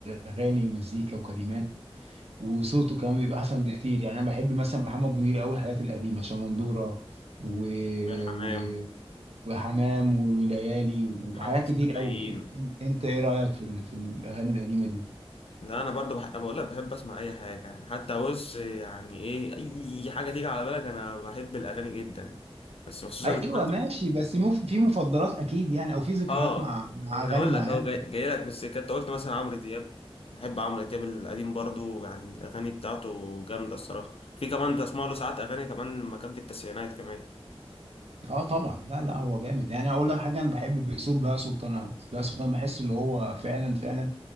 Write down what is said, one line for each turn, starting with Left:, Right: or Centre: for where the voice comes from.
Right: اغاني مزيكا وكلمات وصوته كمان بيبقى احسن بكتير يعني انا بحب مثلا محمد منير قوي الحاجات القديمه شمندوره و...
Left: في حمام
Right: و... وحمام وليالي وحاجات
Left: حاره السقايين
Right: كتير قوي انت ايه رايك في ال... في الاغاني القديمه دي
Left: لا انا برضو بح... بقول لك بحب اسمع اي حاجه يعني حتى بص يعني ايه اي حاجه تيجي على بالك انا بحب الاغاني جدا يعني. بس خصوصا
Right: ايوه
Left: زي ما انت
Right: ماشي بس مو في مفضلات اكيد يعني او في ذكريات
Left: اه
Right: مع مع
Left: انا
Right: اغاني
Left: هقول
Right: معينه
Left: لك اهو جاي, جاي لك في السكه انت قلت مثلا عمرو دياب بحب عمرو دياب القديم برضو يعني الاغاني بتاعته جامده الصراحه في كمان بسمع له ساعات اغاني كمان لما كان في التسعينات كمان
Right: اه طبعا لا لا هو جامد يعني اقول لك حاجه انا بحب باسلوب بهاء سلطان قوي بهاء سلطان بحس اللي هو فعلا فعلا